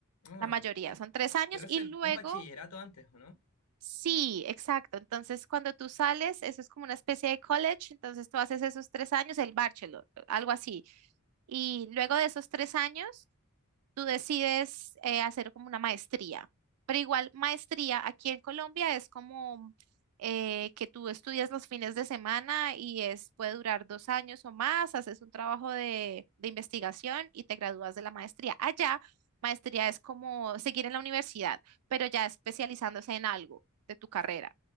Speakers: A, on the left; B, on the right.
A: Ah,
B: La mayoría
A: pero,
B: son tres años
A: pero hacen
B: y luego,
A: un bachillerato antes, ¿o no?
B: sí, exacto. Entonces, cuando tú sales, eso es como una especie de college, entonces tú haces esos tres años, el bachelor, algo así. Y luego de esos tres años, tú decides eh, hacer como una maestría. Pero igual, maestría aquí en Colombia es como eh, que tú estudias los fines de semana y es, puede durar dos años o más, haces un trabajo de, de investigación y te gradúas de la maestría. Allá, maestría es como seguir en la universidad, pero ya especializándose en algo de tu carrera.